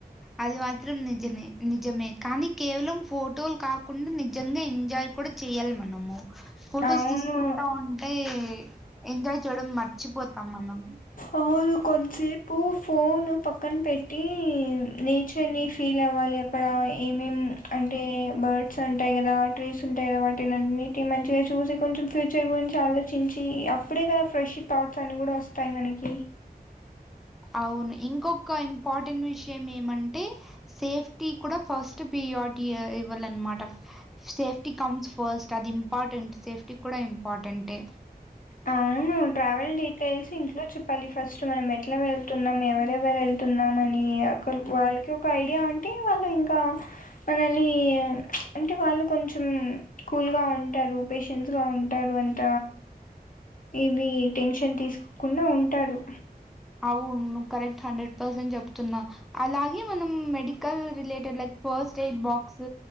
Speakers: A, in the centre; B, on the left (about 55°).
A: అది మాత్రం నిజమే నిజమే కానీ కేవలం ఫోటోలు కాకుండా నిజంగా ఎంజాయ్ కూడా చేయాలి మనము ఫొటోస్
B: అవును
A: తీసుకుంటా ఉంటే ఎంజాయ్ చూడం మర్చిపోతాం మనం
B: అవును కొంతసేపు ఫోన్ పక్కన పెట్టి నేచర్ ని ఫీల్ అవ్వాలి అక్కడ ఏమేం అంటే బర్డ్స్ అంటాయి కదా ట్రీస్ ఉంటాయి కాబట్టిన్నింటిని మంచిగా చూసి కొంచెం ఫ్యూచర్ గురించి ఆలోచించి అప్పుడే కదా ఫ్రెష్ థాట్స్ అని కూడా వస్తాయి మనకి కి
A: అవును ఇంకొక ఇంపార్టెంట్ విషయం ఏమంటే సేఫ్టీ కూడా ఫస్ట్ ప్రియారిటీ ఇవ్వాలన్నమాట సేఫ్టీ కమ్స్ ఫస్ట్ అది ఇంపార్టెంట్ సేఫ్టీ కూడా ఇంపార్టెంట్ ఏ
B: అవును ట్రావెల్ డీటెయిల్స్ ఇంట్లో చెప్పాలి ఫస్ట్ మనం ఎట్లా వెళ్తున్నాం ఎవరెవరు వెళ్తున్నాం అని
A: బాగా
B: ఒక వాళ్ళకి ఒక ఐడియా ఉంటే వాళ్ళు ఇంకా మనని అంటే వాళ్ళు కొంచెం కూల్గా ఉంటారు పేషెన్స్ గా ఉంటారు అంత ఇది టెన్షన్ తీసుకోకుండా ఉంటారు
A: వు కరెక్ట్ హండ్రెడ్ పర్సెంట్ చెప్తున్నా అలాగే మనం medical related like first aid box